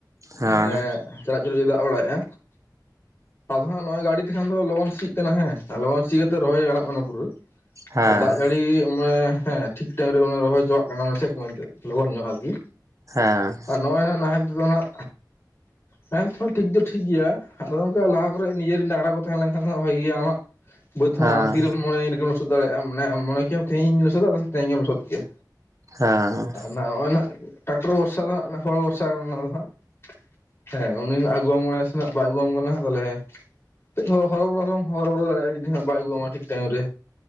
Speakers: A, on the right; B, on the left.
A: ᱦᱮᱸ
B: ᱢᱟᱱᱮ ᱪᱟᱨᱟᱡ ᱪᱩᱨᱩᱡ ᱮ ᱫᱟᱜᱽ ᱵᱟᱲᱟᱭᱮᱫᱼᱟ ᱟᱫᱚ ᱦᱟᱸᱜ ᱱᱚᱸᱜᱼᱚᱭ ᱜᱟᱹᱰᱤ ᱮᱠᱷᱟᱱ ᱫᱚ ᱞᱚᱜᱚᱱ ᱥᱤᱜ ᱠᱟᱱᱟ ᱦᱮᱸ ᱟᱨ ᱞᱚᱜᱚᱱ ᱥᱤ ᱠᱟᱛᱮ ᱨᱚᱦᱚᱭ ᱜᱟᱱᱚᱜ ᱠᱟᱱᱟ ᱯᱩᱨᱟᱹ
A: ᱦᱮᱸ
B: ᱫᱟᱜᱽ ᱡᱟᱹᱲᱤ ᱢᱟᱱᱮ ᱦᱮᱸ ᱴᱷᱤᱠ ᱴᱟᱭᱤᱢ ᱨᱮ ᱨᱚᱦᱚᱭ ᱪᱟᱵᱟᱜᱽ ᱠᱟᱱᱟ ᱪᱮᱠ ᱢᱮᱱᱛᱮ ᱞᱚᱜᱚᱱ ᱧᱚᱜ ᱟᱨᱠᱤ
A: ᱦᱮᱸ
B: ᱟᱨ ᱱᱚᱜᱼᱚᱭ ᱱᱟᱸᱜ ᱱᱟᱦᱮᱞ ᱛᱮᱫᱚ ᱱᱟᱸᱜ ᱱᱟᱦᱮᱞ ᱛᱮᱦᱚᱸ ᱴᱷᱤᱠ ᱫᱚ ᱴᱷᱤᱠ ᱜᱮᱭᱟ ᱟᱫᱚ ᱚᱱᱠᱟ ᱞᱟᱦᱟ ᱠᱚᱨᱮᱜ ᱱᱤᱡᱮ ᱨᱮᱱ ᱰᱟᱝᱨᱟ ᱠᱚ ᱛᱟᱦᱮᱸ ᱞᱮᱱᱠᱷᱟᱱ ᱫᱚ ᱵᱷᱟᱜᱮ ᱜᱮᱭᱟ ᱟᱢᱟᱜ <inaudible> ᱵᱟᱹᱫᱷ ᱦᱚᱸ
A: ᱦᱮᱸ
B: ᱟᱢ ᱛᱤᱨᱮᱢ ᱢᱚᱱᱮᱭᱟ ᱤᱱ ᱨᱮᱜᱮᱢ ᱞᱚᱥᱚᱫ ᱫᱟᱲᱮᱭᱟᱜ ᱢᱟᱱᱮ ᱢᱚᱱᱮ ᱠᱮ ᱟᱢ ᱛᱮᱦᱤᱧ ᱞᱚᱥᱚᱫᱟ ᱛᱮᱦᱮᱧ ᱜᱮᱢ ᱞᱚᱥᱚᱫ ᱠᱮᱭᱟ
A: ᱦᱮᱸ
B: ᱱᱚᱜᱼᱚᱭ ᱱᱟᱸᱜ ᱴᱟᱠᱴᱚᱨ ᱵᱷᱚᱨᱥᱟ ᱫᱚ ᱦᱟᱸᱜ ᱦᱚᱲ ᱵᱷᱚᱨᱥᱟ ᱚᱱᱟ ᱫᱚ ᱦᱟᱸᱜ ᱦᱮᱸ ᱩᱱᱤ ᱦᱟᱸᱜ ᱟᱹᱜᱩᱣᱟᱢ ᱠᱟᱱᱟᱭ ᱥᱮᱱᱟᱜ ᱵᱟᱭ ᱟᱹᱜᱩᱣᱟᱢ ᱠᱟᱱᱟ ᱛᱟᱦᱞᱮ᱾ ᱠᱟᱹᱡᱽ ᱦᱚᱨᱚᱵᱚᱨᱚ ᱦᱚᱢ ᱦᱚᱨᱚᱵᱚᱨᱚ ᱫᱟᱲᱮᱭᱟᱜᱼᱟ ᱡᱚᱫᱤ ᱦᱟᱸᱜ ᱵᱟᱭ ᱟᱹᱜᱩ ᱟᱢ ᱴᱷᱤᱠ ᱴᱟᱭᱤᱢ ᱨᱮ